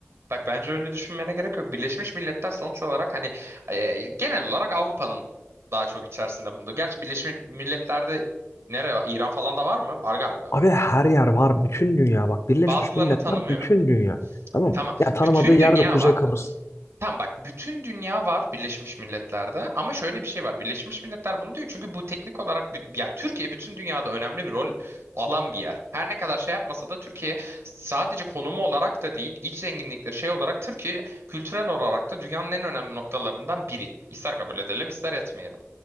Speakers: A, on the right; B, on the left.
A: Bak bence öyle düşünmene gerek yok. Birleşmiş Milletler sonuç olarak hani e, genel olarak Avrupa'nın daha çok içerisinde bulunduğu. Gerçi Birleşmiş Milletler'de nere var? İran falan da var mı? Var galiba.
B: Abi her yer var bütün dünya bak Birleşmiş
A: Bazılarını
B: Milletler
A: tanımıyor.
B: bütün dünya. Tamam.
A: Tamam.
B: mı? Ya tanımadığı
A: Bütün
B: yerde
A: dünya
B: Kuzey
A: var.
B: Kıbrıs
A: Tam bak bütün dünya var Birleşmiş Milletler'de ama şöyle bir şey var. Birleşmiş Milletler bunu diyor çünkü bu teknik olarak bü- ya Türkiye bütün dünyada önemli bir rol alan bir yer. Her ne kadar şey yapmasa da Türkiye sadece konumu olarak da değil, iç zenginlikleri şey olarak Türkiye kültürel olarak da dünyanın en önemli noktalarından biri. İster kabul edelim, ister etmeyelim.